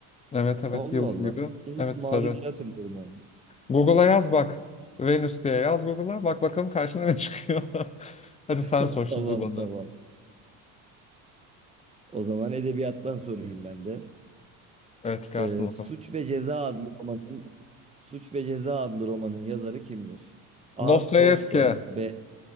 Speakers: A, on the left (about 20°); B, on the right (about 15°).
A: Evet evet
B: Allah
A: yıldız
B: Allah.
A: gibi.
B: Ben Hiç
A: Evet
B: mavi
A: sarı.
B: diye hatırlıyorum onu.
A: Google'a yaz bak. Venüs diye yaz Google'a. Bak bakalım karşına ne çıkıyor. <laughs> Hadi sen
B: <laughs>
A: sor şimdi
B: Tamam
A: bana.
B: tamam. O zaman edebiyattan sorayım ben de.
A: Evet gelsin
B: Ee,
A: bakalım.
B: Suç ve Ceza adlı romanın Suç ve Ceza adlı romanın yazarı kimdir? A.
A: Dostoyevski.
B: Tolstoy, B.